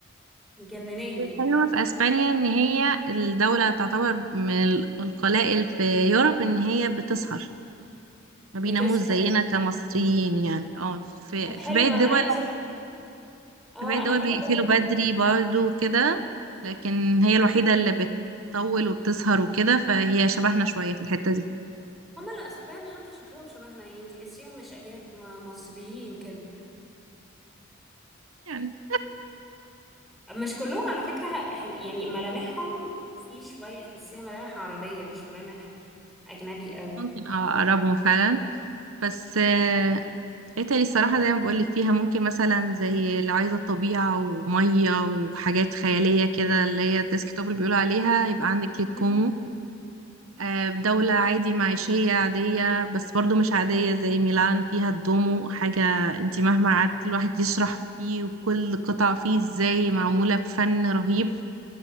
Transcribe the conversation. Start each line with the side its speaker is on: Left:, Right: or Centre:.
Centre: مجنناني
Right: الحلوة في أسبانيا إن هي الدولة تعتبر من ال- القلائل في يوروب إن هي بتسهر ما
Centre: بتسحر
Right: بيناموش زينا كمصريين يعني اه في
Centre: طب حلو
Right: في باقي
Centre: ما
Right: الدول
Centre: أنا عايزة اه
Right: في باقي الدول
Centre: أنا عايزة
Right: بيقفلوا
Centre: دولة
Right: بدري برضه كده لكن هي الوحيدة اللي بتطول وبتسهر وكده فهي شبهنا شوية في الحتة دي
Centre: هما الأسبان حتى شكلهم شبهنا يعني تحسيهم مش أجانب ما- مصريين كده
Right: يعني <laughs>
Centre: مش كلهم على فكرة ح- يعني ملامحهم في شوية تحسيها ملامح عربية مش ملامح أجنبي قوي
Right: ممكن اه اقربهم فعلا بس آه، ايطالي الصراحة زي ما بقولك فيها ممكن مثلا زي اللي عايزة طبيعة ومية وحاجات خيالية كده اللي هي الديسكتوب اللي بيقولوا عليها يبقى
Centre: <laughs>
Right: عندك ليك
Centre: مهم.
Right: كومو آه، دولة عادي معيشية عادية بس برضو مش عادية زي ميلان فيها الدومو حاجة انتي مهما قعدت الواحد يشرح فيه وكل قطعة فيه ازاي معمولة بفن رهيب